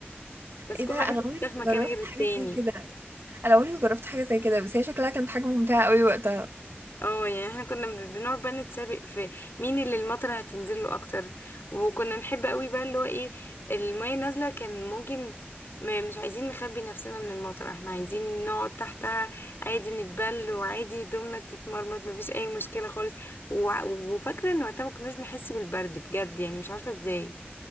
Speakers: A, on the left; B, on the right.
A: بس
B: ايه
A: كل
B: ده
A: واحد
B: انا
A: بيحطها
B: عمري
A: في مكان
B: ما جربت
A: غير التاني
B: حاجه زي كده انا عمري ما جربت حاجه زي كده بس هي شكلها كانت حاجه ممتعه قوي وقتها
A: اه يعني احنا كنا ب- بنقعد بقى نتسابق في مين اللي المطر هتنزل له اكتر وكنا نحب قوي بقى اللي هو ايه المية نازلة كان ممكن ما مش عايزين نخبي نفسنا من المطر احنا عايزين نقعد تحتها عادي نتبل وعادي هدومنا تتمرمط مفيش اي مشكلة خالص وع- وفاكرة ان وقتها ما كناش بنحس بالبرد بجد يعني مش عارفة ازاي